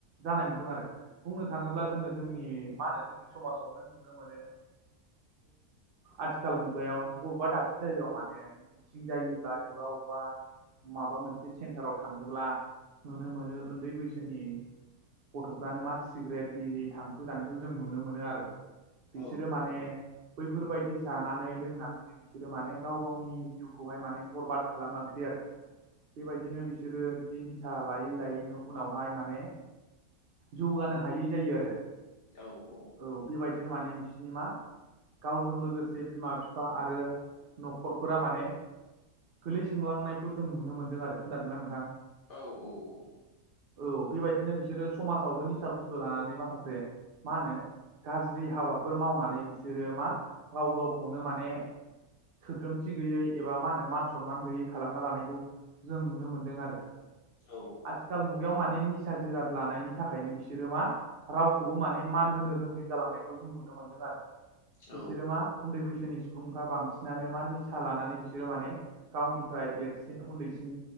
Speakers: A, on the right; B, on the left.
A: जानाय नुदों आरो। बुंनो थाङोब्ला
B: औ
A: जोङो जोंनि मा होनो जोंनि समाजावनो नुनो मोनो। आथिखाल मुगायाव बबेबा दाबसे जायगायाव माने सिं जायोब्ला एबा अबेबा माबा मोनसे सेन्टाराव थाङोब्ला नुनो मोनो उन्दै बैसोनि गथ'फ्रानो मा सिगारेट बिरि थांखु जानायखौ जों नुनो मोनो आरो
B: औ
A: बिसोरो माने बैफोरबायदि जानानै लोंनानैनो बिसोरो माने गाव गावनि जिउखौहाय माने बरबाद खालामलांसै आरो बेबायदिनो बिसोरो बिदि निसा लायै लायैनो उनावहाय माने जौगानो हायै जायो आरो।
B: औ औ
A: औ बेबायदिनो माने बिसिनि मा गावजों लोगोसे जे बिमा बिफा आरो न'खर फोरा माने गोलै सोंलांनायखौ जों नुनो मोनदों आरो खोनादों नना नोंथां
B: औ औ औ
A: औ बेबायदिनो बिसोरो समाजावबो निसा बुस्थु लानानै माखासे मा होनो गाज्रि हाबाफोर मावनानै बिसोरो मा गाव गावखौनो माने सोद्रोमथि गैयै एबा मा होनो मान सनमान गैयै खालामना लानायखौ जों नुनो मोनदों आरो
B: औ औ
A: आथिखाल मुगायाव माने निसा जिराद लानायनि थाखायनो बिसोरो मा राव खौबो माने मान होनो रोङै जालांनायखौ जों नुनो मोनदों आरो
B: औ
A: बिसोरो मा उन्दै बैसोनि सुबुंफ्रा बांसिनानो मा निसा लानानै बिसोरो माने गावनिफ्राय देरसिन उन्दैसिन